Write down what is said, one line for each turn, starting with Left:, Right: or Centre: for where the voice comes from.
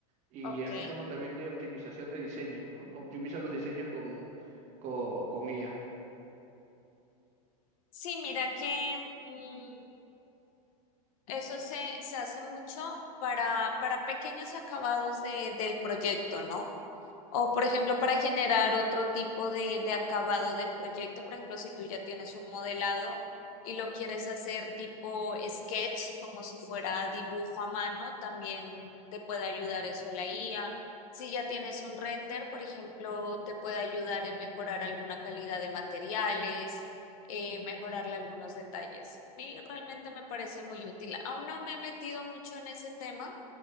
Right: Y
Left: Ok.
Right: así como también de optimización de diseño, ¿no? Optimiza los diseños con, con, con IA.
Left: Sí, mira que mm, eso se, se hace mucho para, para pequeños acabados de, del proyecto, ¿no? O, por ejemplo, para generar otro tipo de, de acabado del proyecto, por ejemplo, si tú ya tienes un modelado y lo quieres hacer tipo sketch, como si fuera dibujo a mano, también te puede ayudar eso la IA. Si ya tienes un render, por ejemplo, te puede ayudar en mejorar alguna calidad de materiales, eh, mejorarle algunos detalles. A mí realmente me parece muy útil. Aún no me he metido mucho en ese tema,